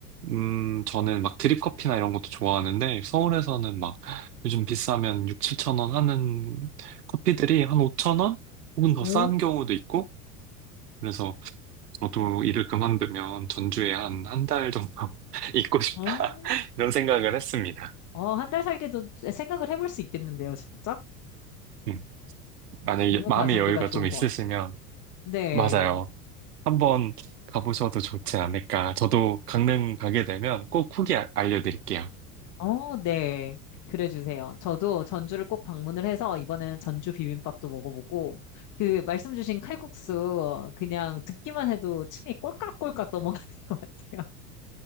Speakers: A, on the right (about 85°); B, on the left (about 40°).
A: 음, 저는 막 드립커피나 이런 것도 좋아하는데, 서울에서는 막 요즘 비싸면 6, 7천 원 하는 커피들이 한 5천 원? 혹은 더
B: 오.
A: 싼 경우도 있고, 그래서 저도 일을 그만두면 전주에 한 한 달 정도 <laughs> 있고 싶다.
B: 어,
A: <laughs> 이런 생각을 했습니다.
B: 어, 한 달 살기도 생각을 해볼 수 있겠는데요, 진짜?
A: 음, 만약에
B: 너무
A: 마음의
B: 가성비가
A: 여유가
B: 좋은
A: 좀 있으시면,
B: 것 같아요. 네.
A: 맞아요. 한번 가보셔도 좋지 않을까. 저도 강릉 가게 되면 꼭 후기 알- 알려드릴게요.
B: 어, 네. 그래 주세요. 저도 전주를 꼭 방문을 해서 이번에는 전주 비빔밥도 먹어보고 그 말씀 주신 칼국수 그냥 듣기만 해도 침이 꼴깍꼴깍 넘어가는 <laughs> 것 같아요.